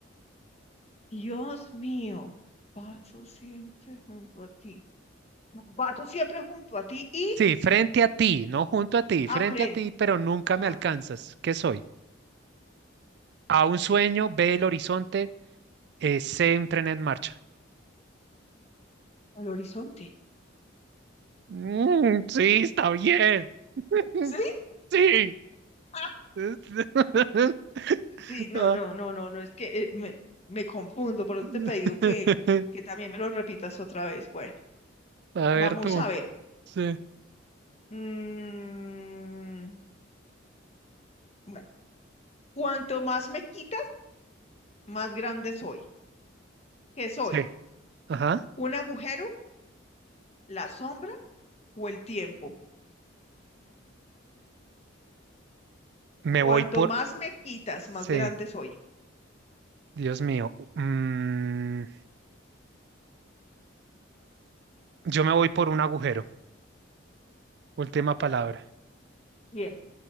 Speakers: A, on the left (about 35°); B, on the right (about 55°).
A: Dios mío, paso siempre junto a ti. Paso siempre junto a ti y
B: Sí, frente a ti, no junto a ti,
A: aprende
B: frente a ti, pero nunca
A: al
B: me alcanzas. ¿Qué soy? A, un sueño, B, el horizonte, eh, C, un tren en marcha.
A: horizonte.
B: Mm, sí, está bien. <laughs>
A: ¿Sí? <laughs>
B: Sí.
A: Ah,
B: <laughs>
A: Sí, no,
B: Ah,
A: no, no, no, no, es que eh, me, me confundo, por eso
B: <laughs>
A: te he pedido que, que también me lo repitas otra vez. Bueno,
B: A ver
A: vamos
B: tú.
A: a ver.
B: Sí.
A: Mm, bueno, cuanto más me quitas, más grande soy. ¿Qué soy?
B: Sí. Ajá.
A: ¿Un agujero, la sombra o el tiempo?
B: Me
A: Cuanto
B: voy por...
A: más me quitas,
B: Sí.
A: más grande soy.
B: Dios mío. Mm, yo me voy por un agujero. Última palabra.
A: Bien,